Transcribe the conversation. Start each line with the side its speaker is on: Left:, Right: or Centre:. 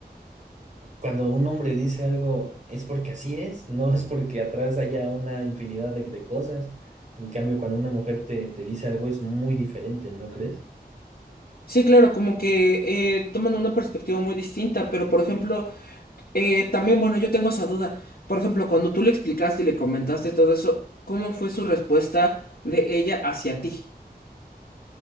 Right: cuando un hombre dice algo es porque así es, <laughs> no es porque atrás haya una infinidad de, de cosas. En cambio, cuando una mujer te, te dice algo es muy diferente, ¿no crees?
Left: Sí, claro, como que eh, toman una perspectiva muy distinta, pero por ejemplo... Eh, también, bueno, yo tengo esa duda. Por ejemplo, cuando tú le explicaste y le comentaste todo eso, ¿cómo fue su respuesta de ella hacia ti?